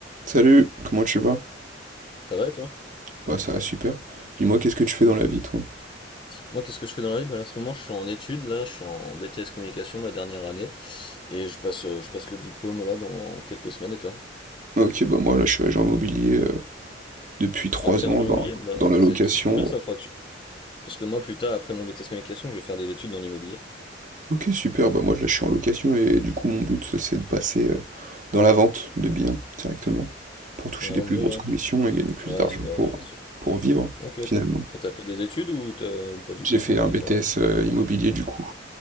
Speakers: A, on the right; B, on the left.
A: Salut, comment tu vas?
B: Ça va et toi?
A: Bah ça va super. Dis-moi, qu'est-ce que tu fais dans la vie, toi?
B: Moi, qu'est-ce que je fais dans la vie? Bah, là, en ce moment, je suis en études, là, je suis en BTS communication, ma dernière année, et je passe, euh, je passe le diplôme là dans quelques semaines. Et toi?
A: Ok, bah moi là je suis agent immobilier euh, depuis trois
B: Ah, tu es
A: ans
B: agent immobilier?
A: dans,
B: Bah,
A: dans la
B: c'est,
A: location.
B: c'est trop bien ça, faudra que tu- Parce que moi, plus tard, après mon BTS communication, je vais faire des études dans l'immobilier.
A: Ok, super, bah moi là je suis en location et du coup mon but ça, c'est de passer euh, dans la vente de biens directement pour toucher
B: Non, Avant
A: des plus
B: de devenir,
A: grosses commissions et gagner plus
B: ouais. Ouais,
A: d'argent
B: c'est quoi,
A: pour,
B: c'est sûr.
A: pour vivre
B: Ok,
A: finalement.
B: t'as, et t'as fait des études ou t'as, ou pas du
A: J'ai
B: tout
A: fait
B: pour
A: un
B: être.
A: BTS
B: euh,
A: euh, immobilier du coup